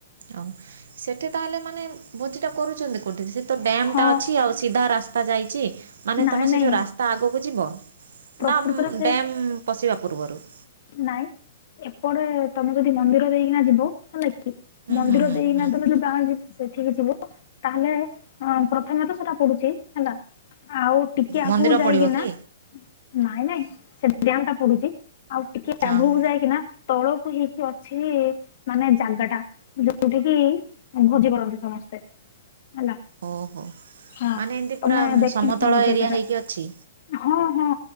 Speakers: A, on the right; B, on the left.
A: ହଉ ସେଠି ତାହେଲେ ମାନେ ଭୋଜିଟା କରୁଛନ୍ତି କୋଉଠି? ସେ ତ ଡ୍ୟାମ୍
B: ହଁ
A: ଟା ଅଛି ଆଉ ସିଧା ରାସ୍ତା ଯାଇଚି, ମାନେ
B: ନାଇଁ
A: ତମେ
B: ନାଇଁ
A: ସେ ଯୋଉ ରାସ୍ତା ଆଗକୁ ଯିବ।
B: ପ୍ରକୃତରେ
A: ନା
B: ସେ
A: ଡ୍ୟାମ୍ ପଶିବା ପୂର୍ବରୁ।
B: ନାଇଁ, ଏପଟେ ତମେ ଯଦି ମନ୍ଦିର ଦେଇକିନା ଯିବ ହେଲାକି
A: ହୁଁ
B: ମନ୍ଦିର
A: ହୁଁ ହୁଁ
B: ଦେଇକିନା
A: ହୁଁ
B: ତମେ ଯଉ ଗାଁ ଯିବ୍ ସେଠିକି ଯିବ, ତାହେଲେ ପ୍ରଥମେ ତ ସେଟା ପଡୁଛି ହେଲା ଆଉ ଟିକେ ଆଗକୁ
A: ମନ୍ଦିର
B: ଯାଇକି
A: ପଡ଼ିବ କି
B: ନା ନାଇଁ ନାଇଁ ସେଟି ଡ୍ୟାମ୍ ଟା ପଡୁଛି, ଆଉ ଟିକେ
A: ହଁ
B: ଆଗକୁ
A: ହଁ
B: ଯାଇକିନା ତଳ ହେଇକି ଅଛି ମାନେ ଜାଗା ଟା, ଯୋଉଠି କି ଭୋଜି କରନ୍ତି ସମସ୍ତେ। ହେଲା
A: ହଉ ହଉ
B: ହଁ,
A: ମାନେ ଏମିତି
B: ତମେ
A: ପୁରା
B: ଦେଖିନ
A: ସମତଳ
B: ବୋଧେ
A: ଏରିଆ
B: ସେଟା!
A: ହେଇକି ଅଛି
B: ହଁ, ହଁ,